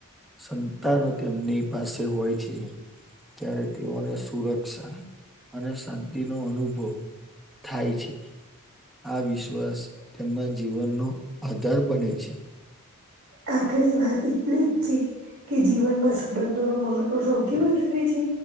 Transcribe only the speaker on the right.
આખરી વાત એટલી છે. કે જીવનમાં સંબંધો નુ મહત્વ સૌથી વધારે છે.